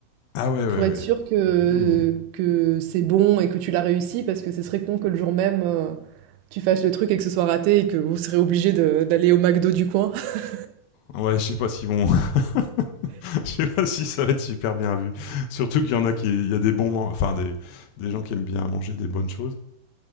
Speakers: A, on the left; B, on the right.
A: Ah ouais, ouais,
B: Pour
A: ouais.
B: être sûr que,
A: Hmm.
B: que c'est bon et que tu l'as réussi, parce que ce serait con que le jour même, euh, tu fasses le truc et que ce soit raté et que vous serez obligé de- d'aller au McDo du coin. <laughs>
A: Ouais, je sais pas s'ils vont, <laughs> je sais pas si ça va être super bien vu. Surtout qu'il y en a qui, il y a des bons, man- enfin des, des gens qui aiment bien manger des bonnes choses.